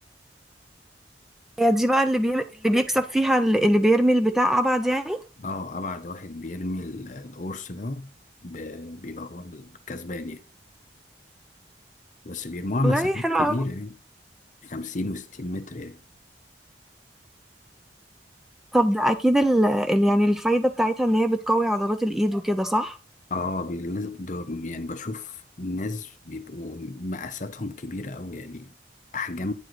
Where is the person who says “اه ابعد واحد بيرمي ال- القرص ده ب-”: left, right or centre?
Left